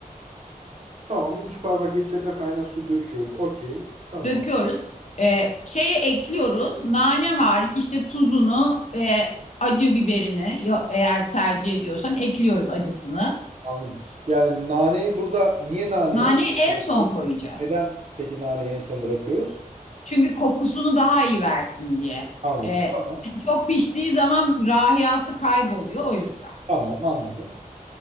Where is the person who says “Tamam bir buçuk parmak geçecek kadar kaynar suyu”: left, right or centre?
Right